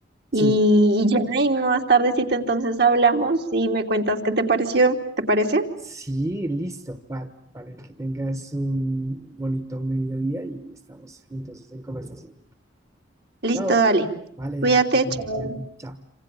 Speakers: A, on the right; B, on the right.
A: y,
B: Sí,
A: y ya, y más tardecito entonces hablamos y me cuentas qué te pareció, ¿te parece?
B: sí, listo, vale, vale, que tengas un bonito mediodía y estamos entonces en conversación.
A: Listo,
B: Chao,
A: dale.
B: vale,
A: Cuídate, chao.
B: bueno, chao.